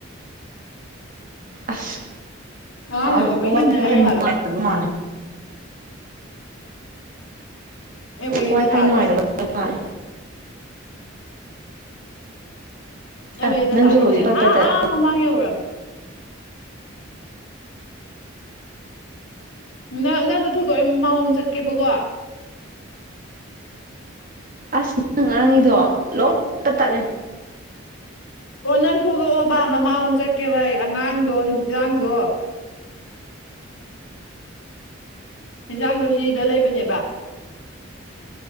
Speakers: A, on the right; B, on the left.
A: ꯑꯁ
B: ꯑꯉꯥꯡꯁꯦ ꯑꯩꯉꯣꯟꯗ
A: ꯑꯥꯝ
B: ꯀꯣꯏ
A: ꯋꯥꯏ
B: ꯏꯟꯅ
A: ꯐꯥꯏ
B: ꯂꯩꯔꯦ
A: ꯌꯥꯝ ꯅꯨꯡꯉꯥꯏꯇꯕ
B: ꯍꯥꯏꯕ
A: ꯃꯥꯜꯂꯦ
B: ꯑꯩꯕꯨꯗꯤ
A: ꯋꯥꯏ
B: ꯗꯇꯥꯗꯩꯅꯦ
A: ꯐꯥꯏ ꯅꯨꯡꯉꯥꯏꯇꯕꯩ ꯃꯥꯜꯂꯦ
B: ꯅꯣꯏꯕꯨꯗꯤ
A: ꯑꯁ
B: ꯗꯥꯇꯥꯗꯩꯅꯦ
A: ꯅꯪꯁꯨ ꯍꯧꯖꯤꯛ ꯄꯠ ꯄꯠ
B: ꯑꯥ
A: ꯇꯠ
B: ꯑꯥ ꯃꯃꯥꯡ ꯌꯧꯔꯝꯃꯦ ꯅꯪ ꯅꯪꯗꯣ ꯊꯣꯏꯗꯣꯛ ꯑꯩ ꯃꯃꯥꯡꯉꯣꯝ ꯆꯠꯀꯦꯕꯀꯣ
A: ꯑꯁ ꯅꯪ ꯉꯥꯡꯉꯤꯗꯣ ꯂꯣꯏ ꯄꯨꯡꯇꯠ ꯇꯠꯂꯦ
B: ꯑꯣ ꯅꯪ ꯊꯣꯛꯂꯛꯑꯣꯕ ꯃꯃꯥꯡꯉꯣꯝ ꯆꯠꯀꯦꯕ ꯑꯩ ꯑꯉꯥꯡꯗꯣ ꯍꯤꯟꯖꯥꯡꯗꯣ ꯍꯤꯟꯖꯥꯡꯗꯣ ꯁꯤꯗ ꯂꯩꯕꯅꯦꯕ